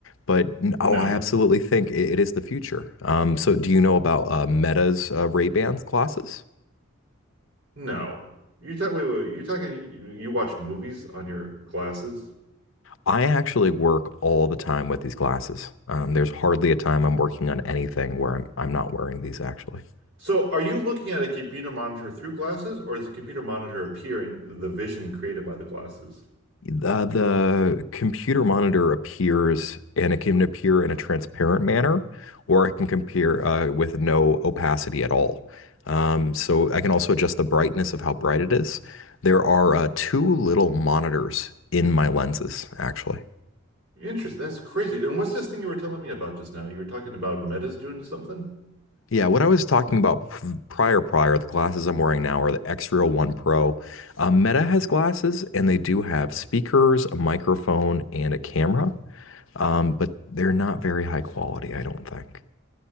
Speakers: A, on the left; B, on the right.
A: But n-
B: No,
A: oh, I absolutely think it, it is the future. Um, so do you know about uh, Meta's uh, Ray-Bans glasses?
B: no. You talk. Wait, wait. You talking? You, you watch movies on your glasses?
A: I actually work all the time with these glasses. Um, there's hardly a time I'm working on anything where I'm I'm not wearing these actually.
B: So are you looking at a computer monitor through glasses, or does the computer monitor appear in the vision created by the glasses?
A: Uh, the computer monitor appears and it can appear in a transparent manner, or it can compare uh, with no opacity at all. Um, so I can also adjust the brightness of how bright it is. There are uh, two little monitors in my lenses, actually.
B: Interesting. That's crazy. And what's this thing you were telling me about just now? You were talking about Meta's doing something?
A: Yeah, what I was talking about p- prior, prior, the glasses I'm wearing now are the Xreal One Pro. Uh, Meta has glasses, and they do have speakers, a microphone, and a camera. um, but they're not very high quality, I don't think.